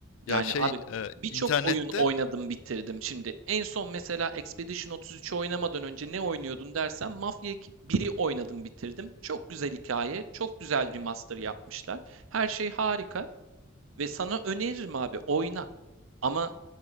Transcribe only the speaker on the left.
Ya şey,
e,
internette